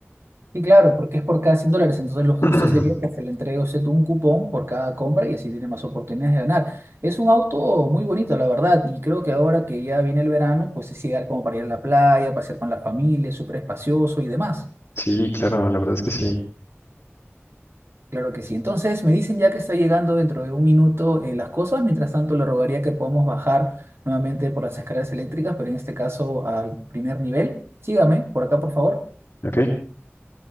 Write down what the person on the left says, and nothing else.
<clears throat>
Sí, claro, la verdad es que sí.
Ok,